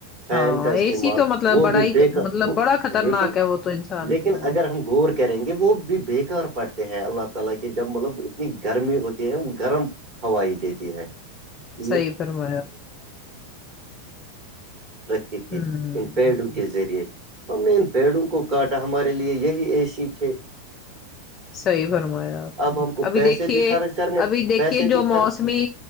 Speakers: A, on the right (about 35°); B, on the left (about 30°).
A: فین
B: ہاں
A: کا استعمال
B: اے سی تو مطلب
A: وہ
B: بڑا
A: بھی
B: ہی
A: بےیک
B: مطلب بڑا خطرناک
A: لیکن
B: ہے وہ تو انسان
A: لیکن
B: کے لیے
A: اگر ہم گور گرم کرینگے وہ بھی بےکار پڑتے ہیں اللہ تعالی کے جب مطلب اتنی گرمی ہوتی ہیں گرم ہوائی دیتی ہے <unintelligible>
B: صحیح فرمایا
A: تھی
B: ہوں
A: ان پیڑوں کے ذریعے ہم نے ان پیڑوں کو کاٹا ہمارے لیے یہی اے سی تھے
B: صحیح فرمایا آپ نے
A: اب ہم کو
B: ابھی
A: پیسے
B: دیکھیے
A: بھی خرچ کرنے
B: ابھی دیکھیے
A: پیسے
B: جو
A: بھی خرچ
B: موسمی